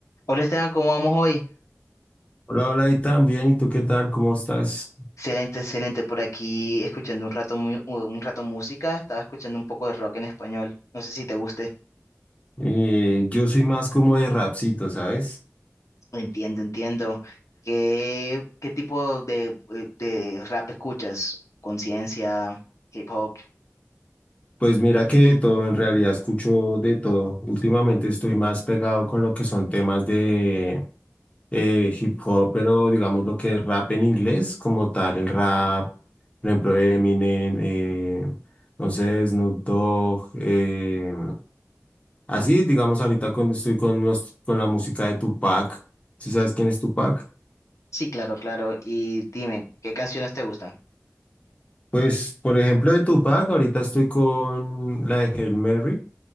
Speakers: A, on the left; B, on the left.
A: Hola Esteban, ¿cómo vamos hoy?
B: Hola, hola, y también, ¿y tú qué tal? ¿Cómo estás?
A: Excelente, excelente. Por aquí escuchando un rato, mu- un rato música, estaba escuchando un poco de rock en español. No sé si te guste.
B: Eh, yo soy más como de rapcito, ¿sabes?
A: Entiendo, entiendo. ¿Qué, qué tipo de, eh, de rap escuchas? Conciencia, hip hop.
B: Pues mira que de todo, en realidad escucho de todo. Últimamente estoy más pegado con lo que son temas de eh, hip hop, pero digamos lo que es rap en inglés, como tal, el rap, por ejemplo, Eminem, eh, no sé, Snoop Dogg, eh, así, digamos, ahorita con, estoy con, los- con la música de Tupac. ¿Sí sabes quién es Tupac?
A: Sí, claro, claro. Y dime, ¿qué canciones te gustan?
B: Pues, por ejemplo, de Tupac, ahorita estoy con la de Hail Mary,